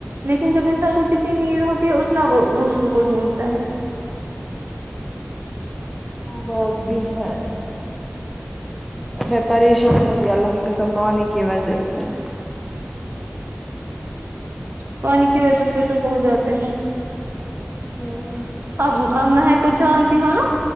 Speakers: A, on the right; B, in the centre.
A: لیکن جب انسان کو جتنی نیڈ ہوتی ہے اتنا وہ دوسروں کو ڈھونڈتا ہے
B: بہت بھی ہے میں پریشان ہو گیا اللہ کے قسم پانی کی وجہ سے
A: پانی کی وجہ سے تو ہو جاتے ہیں
B: ہمم
A: اب مہک کو جانتی ہے نا